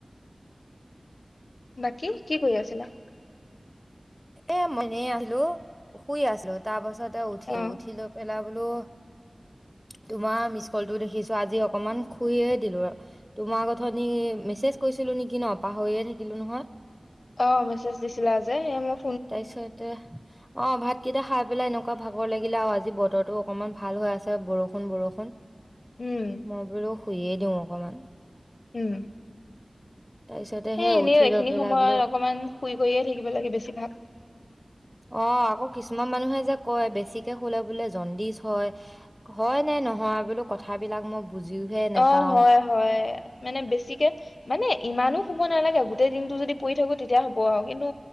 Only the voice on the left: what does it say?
বাকী কি কৰি আছিলা?
অ
অ মেছেজ দিছিলা যে এ মোক
উম
উম,
সেই এনেও
এইখিনি
সময়ত,
অকমান শুই শুইয়ে থাকিব লাগে বেছিভাগ।
অ, হয়, হয়, মানে বেছিকে মানে ইমানো শুব নালাগে গোটেই দিনটো যদি পৰি থাকো, তেতিয়া হ'ব আৰু কিন্তু